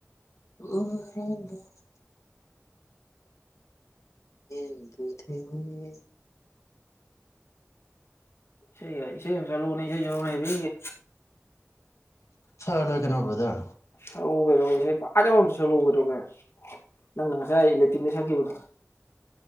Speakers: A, on the left; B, on the left.
A: ꯑꯣ <unintelligible> ꯍ <unintelligible>
B: ꯏꯁꯩ ꯌꯥꯏ ꯏꯁꯩ ꯑꯃ ꯆꯠꯂꯛꯅꯦ ꯏꯁꯩ ꯆꯠꯂꯅꯦ ꯍꯥꯏꯕꯦ
A: ꯍꯂ ꯀꯅꯕꯗꯣ
B: ꯁꯛꯎ ꯑꯣꯏꯔꯣ ꯏꯁꯩ ꯄꯥꯖꯕ ꯑꯗ ꯁꯂꯨꯔꯣꯒꯦ ꯅꯪꯅ ꯉꯁꯥꯏ ꯂꯦꯇꯤꯟꯗ ꯁꯛꯈꯤꯕꯗꯣ